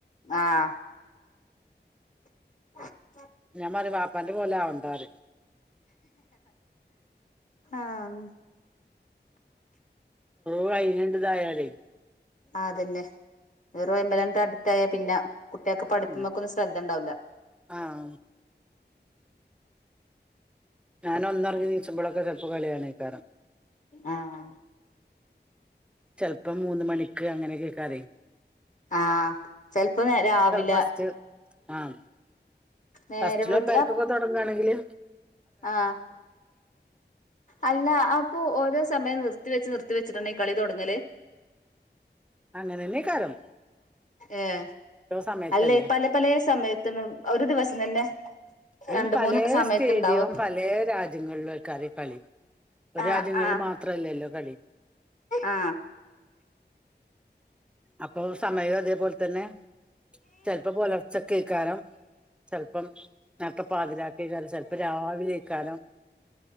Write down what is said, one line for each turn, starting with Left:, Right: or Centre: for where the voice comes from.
Left: ആഹ് <unintelligible>
Centre: ഞാൻ പറയും വാപ്പാന്റെ പോലെ ആവും. <unintelligible>
Left: ആഹ്
Centre: വൈനിണ്ടതായാലേ.
Left: ആതെന്നെ വെറും ഓയിൽ മെന്റ്. <unintelligible> പിന്നെ കുട്ടികൾക്ക് പഠിക്കുമ്പോ
Centre: ഉം
Left: ഒക്കെയൊന്ന് ശ്രദ്ധണ്ടാവില്ല.
Centre: ആഹ് ഞാൻ ഒന്നുറങ്ങി എണീച്ചപ്പോളോ. ഇപ്പോ ചെലപ്പോ കളിയേനെ. കാരം
Left: ആഹ്
Centre: ചിലപ്പം മൂന്ന് മണിക്ക് അങ്ങനെയൊക്കെ കരയും.
Left: ആഹ് ചിലപ്പോ നേ രാവിലെ.
Centre: ഫസ്റ്റ് ആഹ്
Left: നേരം
Centre: ഫസ്റ്റിലോ
Left: വെളുത്തിട്ട്
Centre: പരക്കൊക്കെ തുടങ്ങുകവാണെങ്കില്.
Left: ആഹ് അല്ല അപ്പൊ ഓരോ. സമയം നിർത്തി വെച്ച് നിർത്തി വെച്ചിട്ടുണ്ടേ കളി തുടങ്ങല്.
Centre: അങ്ങനെ തന്നെ ഈ കാലം.
Left: ഏഹ്
Centre: സമയത്തല്ലേ
Left: അല്ല പലപല സമയത്തിനും ഒരുദിവസം തന്നെ.
Centre: ഞാൻ
Left: രണ്ട്
Centre: പല
Left: മൂന്ന് സമയത്തുണ്ടാവും
Centre: സ്റ്റേഡിയം പല രാജ്യങ്ങളിലെ <unintelligible> കളി ഒരു
Left: ആ
Centre: രാജ്യങ്ങളിൽ
Left: ആ
Centre: മാത്രല്ലല്ലോ കളി.
Left: ആ
Centre: അപ്പൊ സമയം അതേപോലെ തന്നെ ചിലപ്പോ പുലർച്ചയ്ക്ക്. കാരം ചെലപ്പം. നേരത്തെ പാതിരാത്രിക്കാലും ചിലപ്പോ രാവിലെ ഈക്കാരം